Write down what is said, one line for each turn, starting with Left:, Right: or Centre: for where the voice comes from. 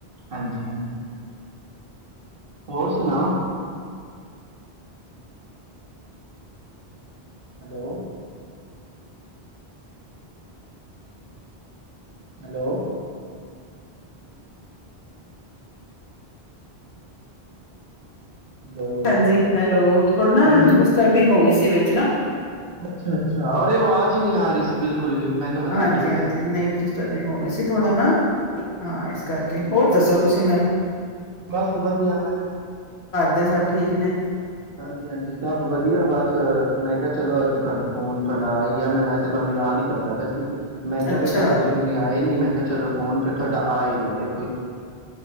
Right: ਹਾਂਜੀ ਹਾਂਜੀ। ਹੋਰ ਸੁਣਾਓ? ਹੈਲੋ। ਹੈਲੋ। ਹੈਲੋ
Left: ਹਾਂਜੀ, ਹੈਲੋ ਥੋੜੀ ਨਾ
Right: ਹਾਂਜੀ
Left: ਡਿਸਟਰਬਿੰਗ ਹੋ ਗੀ ਸੀ। ਤੀ ਵਿੱਚ ਨਾ।
Right: ਅੱਛਾ ਅੱਛਾ। ਅਰੇ, ਆਵਾਜ਼ ਨ੍ਹੀਂ ਆ ਰੀ ਸੀ ਬਿਲਕੁਲ। ਵੀ ਮੈਂ ਕਿਹਾ ਪਤਾ
Left: ਹਾਂਜੀ
Right: ਨੀ ਕੀ ਹੋਇਆ
Left: ਹਾਂਜੀ, ਨਹੀਂ ਡਿਸਟਰਬਿੰਗ ਹੋ ਗੀ ਸੀ ਥੋੜਾ ਨਾ। ਹਾਂ, ਇਸ ਕਰਕੇ ਹੋਰ ਦੱਸੋ ਤੁਸੀਂ ਮੈਨੂੰ?
Right: ਬਸ ਵਧੀਆ ਮੈਂ।
Left: ਤੇ ਸਭ ਠੀਕ ਨੇ।
Right: ਹਾਂਜੀ ਹਾਂਜੀ, ਸਭ ਵਧੀਆ। ਬਸ ਮੈਂ ਕਿਆ ਚਲੋ, ਅੱਜ ਤੁਹਾਨੂੰ ਫੋਨ ਤੁਹਾਡਾ ਆ ਈ ਗਿਆ ਮੈਂ ਵੈਸੇ ਤੁਹਾਨੂੰ ਯਾਦ ਹੀ ਕਰਦਾ ਪਿਆ ਸੀ। ਮੈਂ ਕਿਆ
Left: ਅੱਛਾ
Right: ਵੀ ਭੈਣ ਜੀ ਹੁਣੇ ਆਏ ਨੀ ਮੈਂ ਚਲੋ ਫੋਨ ਫਿਰ ਤੁਹਾਡਾ ਆ ਹੀ ਗਿਆ ਏ